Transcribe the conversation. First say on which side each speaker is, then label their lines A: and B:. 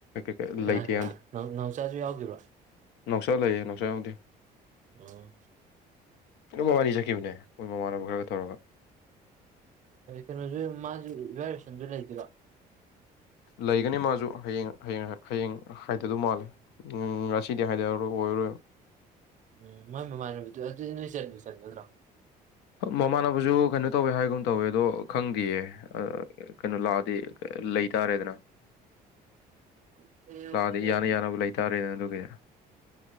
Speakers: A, on the left (about 85°); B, on the right (about 45°).
A: ꯀꯩ
B: ꯀꯅꯥ
A: ꯂꯩꯇꯦ
B: ꯀꯅꯥ ꯅꯥꯎꯆꯥꯁꯨ ꯌꯥꯎꯈꯤꯕ꯭ꯔꯣ
A: ꯅꯨꯡꯎꯁꯥ ꯂꯩꯌꯦ ꯅꯨꯡꯎꯁꯥ ꯌꯥꯎꯗꯦ
B: ꯑꯥ
A: ꯑꯗꯨꯝ ꯃꯕꯥꯅꯤ ꯆꯠꯈꯤꯕꯅꯦ ꯃꯣꯏ ꯃꯃꯥꯟꯅꯕ ꯈꯔꯒ ꯇꯧꯔꯒ
B: ꯀꯩꯅꯣꯁꯨ ꯃꯥꯁꯨ ꯏꯚꯥꯏꯔꯦꯁꯟꯁꯨ ꯂꯩꯗꯣꯏꯔꯣ
A: ꯂꯩꯒꯅꯤ ꯃꯥꯁꯨ ꯍꯌꯦꯡ ꯍꯌꯦꯡ ꯍꯌꯦꯡ ꯍꯥꯏꯊꯗꯧ ꯃꯥꯜꯂꯦ ꯉꯁꯤꯗꯤ ꯍꯥꯏꯊꯔꯣꯏ ꯑꯣꯏꯔꯣꯏ
B: ꯎꯝ ꯃꯥꯏ ꯃꯃꯥꯟꯕꯤꯗꯨ ꯑꯗꯨꯗꯤ ꯅꯣꯏ ꯆꯟꯂꯣꯏ ꯆꯟꯒꯗ꯭ꯔꯣ
A: ꯃꯃꯥꯟꯅꯕꯁꯨ ꯀꯩꯅꯣ ꯇꯧꯋꯦ ꯍꯥꯏꯒꯨꯝ ꯇꯧꯋꯦ ꯑꯗꯣ ꯈꯪꯗꯦꯌꯦ ꯀꯩꯅꯣ ꯂꯥꯛꯑꯗꯤ ꯂꯩꯇꯥꯔꯦꯗꯅ
B: ꯑꯣꯀꯦ ꯑꯣꯀꯦ
A: ꯂꯥꯛꯑꯗꯤ ꯌꯥꯅ ꯌꯥꯅꯕ ꯂꯩꯇꯥꯔꯦ ꯆꯒ